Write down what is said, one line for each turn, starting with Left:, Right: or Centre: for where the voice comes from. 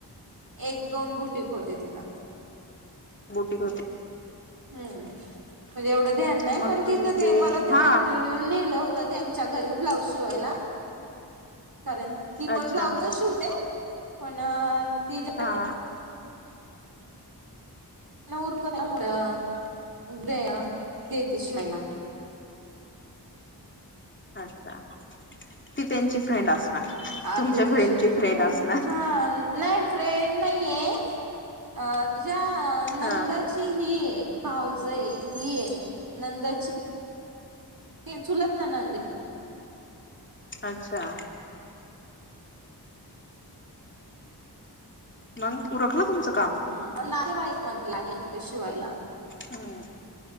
Right: एक दोन बुटीक होते तिथं
Left: बुटीक होते
Right: हम् म्हणजे एवढं ध्यान नाही
Left: मग
Right: पण
Left: तुम्ही
Right: तिथं ते मला ते
Left: हा
Right: मैत्रीण नीनं नेलं होत त्यांच्या घरी ब्लाउज शिवायला कारण ती पण
Left: अच्छा
Right: ब्लाउजच शिवते पण तिज
Left: हा
Right: न उरकल्या मुळं इथे देते शिवायला
Left: अच्छा ती त्यांची फ्रेंड असणार
Right: अर्ध
Left: तुमच्या
Right: ती
Left: फ्रेंडची
Right: शिवते
Left: फ्रेंड
Right: ना
Left: असणार.
Right: हा नाही फ्रेंड नाहीये अ तिझ्या नंदची
Left: हा
Right: ती ही भाऊजय ही नंदची ते चुलत ननंद हे
Left: अच्छा मग उरकलं तुमचं काम
Right: हम् नातेवाईक मधले आहे ते शिवायला
Left: हम्म